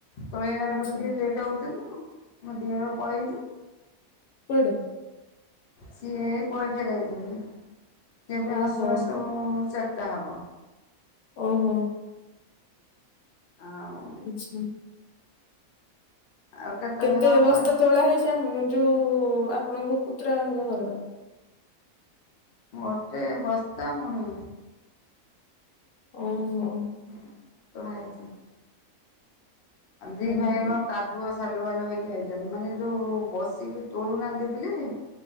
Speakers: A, on the left; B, on the left.
A: ତୋଳିିଲାକୁ
B: ଆଚ୍ଛା
A: ଟିକେ ଲେଟ୍ ହଉଚନ୍ତି ମୋ ଦିଅର ପଳେଇଚି।
B: କୁଆଡ଼େ?
A: ସିଏ କୁଆଖିଆ ଯାଇଚନ୍ତି ସେଏବି
B: ଓହୋ
A: ଆସୁ ଆସୁ ଚାରିଟା ହବ।
B: ଓହୋ।
A: ଆଉ
B: ଆଚ୍ଛା।
A: ଆଉ କେତେବେଳେ
B: କେତେ
A: ହବ
B: ବସ୍ତା ତୋଳା ହେଇଚି ଆମ ଯୋଉ ଆପଣଙ୍କ ପୁତୁରାଙ୍କ ଘର?
A: ଗୋଟେ ବସ୍ତା ମୁଣି।
B: ଓହୋ।
A: ହଁ ତୋଳା ହେଇଚି। ଆଉ ଦି
B: ହୁଁ
A: ଭାଇଙ୍କ କାଦୁଅ ସାଲୁ ବାଲୁ ହେଇକି ଆଇଚନ୍ତି ମାନେ ଯୋଉ ବସିକି ତୋଳୁନାହାଁନ୍ତି ବିଲରେ